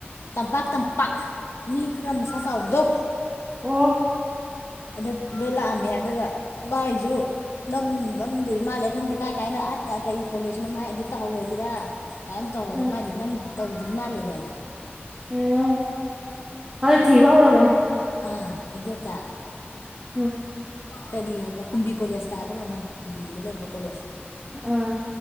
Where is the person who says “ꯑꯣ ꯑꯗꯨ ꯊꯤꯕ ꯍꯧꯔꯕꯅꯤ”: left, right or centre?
Right